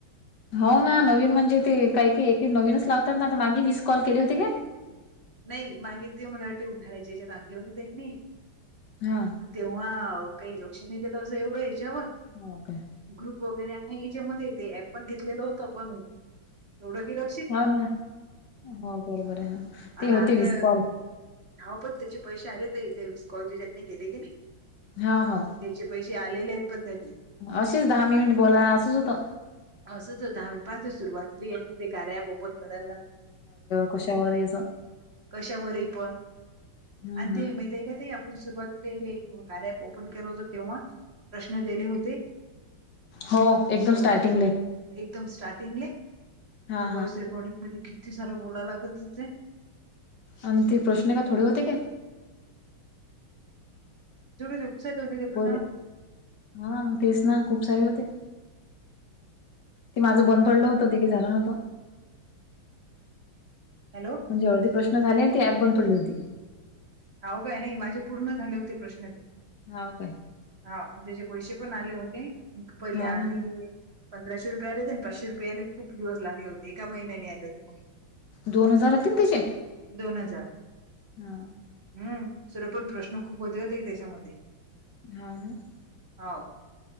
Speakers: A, on the left; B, on the right.
A: हो ना नवीन म्हणजे ते काही काही एक नवीनच लावतात ना मागे विीस कॉल केले होते का?
B: नाही मागित तली मला वाट उन्हााळ्याची याच्या दांगलीवरती त्यांनी.
A: हा.
B: तेव्हा काही लक्ष नेते तर असं एवढं याच्यावर.
A: मह काय?
B: ग्रुप वगैरे आहे या्याच्यामध्ये ये ऍप पण घेतलेलं होत पण एवढं केलं.
A: हा ना हो बरोबर आहे हा.
B: आणि
A: ते होते
B: आता
A: वीस कॉल
B: हव पण त्याचे पैसे आलेत ते कॉलेज जनी गेले की नाही.
A: हा हा
B: त्याचे पैसे आलेले आहेत पण त्यांनी
A: असेच दहा मिनिट बोला असंच होत.
B: असंच होता पाहत सुरुवातीला ते कार्य ॲप ओपन करायला.
A: खशावर येस.
B: कशावररही पण
A: हम्म
B: आणि ते
A: हम्म
B: माती आहे का ते आ पण सुरुवातीला हे कार्यप ओपन केलं होत तेव्हा प्रश्न दिले होते.
A: हो एकदम
B: हो,
A: स्टार्टिंगले.
B: अन एकदम स्टार्टिंगले
A: हा हा
B: वॉइस रेकॉर्डिंग मध्ये किती सारं बोलाव लागत जे
A: आणि ते प्रश्न आहे का थोडे होते काय?
B: जरू दुसा <unintelligible>
A: बरे हा मग तेच ना खूप सारे होते ते माझं बंद पडलं होत तेे काय झालं नव्हतं
B: हॅलो
A: जेवढे प्रश्न झाले ते ऍप बंद पडली होती.
B: हव काय नाही माझे पूर्ण झाले होते प्रश्न ते
A: हाव काय?
B: हा त्याचे पैसे पण आले होते पहिले
A: हा
B: आधी
A: हा.
B: पंधराशे रुपये आले होते आणि पाचशे रुपये यायला खूप दिवस लागले होते एका महिन्याने आले होते.
A: दोन हजार होतील तीचे
B: दोन हजार
A: हा
B: हम्म सर पण प्रश्न खूप होते हा ताई त्याच्यामध्ये.
A: <unintelligible>
B: हो